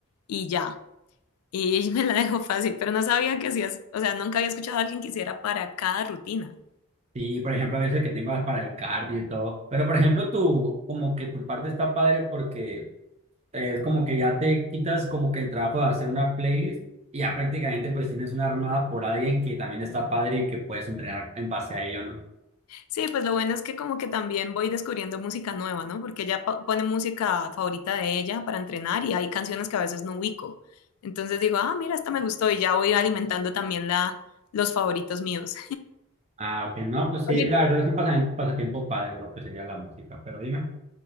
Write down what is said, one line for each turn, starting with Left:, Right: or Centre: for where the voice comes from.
Left: y ya. Y <laughs> me la dejó fácil, pero no sabía que hacías, o sea, nunca había escuchado a alguien que hiciera para cada rutina.
Right: Sí, por ejemplo, a veces que tengo para el cardio y todo, pero por ejemplo, tú, como que tu parte está padre porque... Es como que ya te quitas como que el trabajo de hacer una playlist y ya prácticamente pues tienes una armada por alguien que también está padre y que puedes entrenar en base a ello, ¿no?
Left: Sí, pues lo bueno es que como que también voy descubriendo música nueva, ¿no? Porque ella po- pone música favorita de ella para entrenar y hay canciones que a veces no ubico. Entonces digo, ah, mira, esta me gustó y ya voy alimentando también la, los favoritos míos.
Right: Ah, ok, no, pues sí,
Left: <laughs> Oye,
Right: la verdad es un pasamen- pasatiempo padre lo que sería la música, pero dime,